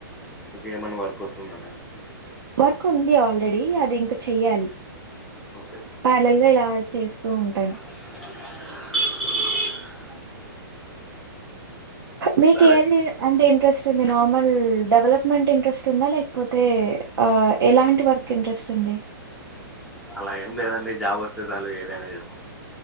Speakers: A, in the centre; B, on the right (about 70°).
A: ఓకే ఏమైన్నా వర్క్ ఒస్తుందనా
B: వర్క్ ఉంది ఆల్రెడీ అది ఇంక చెయ్యాలి
A: ఓకే
B: పార్లల్ గ ఇలా చేస్తూ ఉంటాను
A: <inaudible>
B: మీకేందిద
A: సరే
B: అంటే ఇంట్రెస్ట్ ఉంది నార్మల్ డెవలప్మెంట్ ఇంట్రెస్ట్ ఉందా లేకపోతే ఆ ఎలాంటి వర్క్ కింట్రెస్ట్ ఉంది
A: అలా ఏం లేదండి జాబ్ ఒస్తే చాలు ఏదైనా చేస్త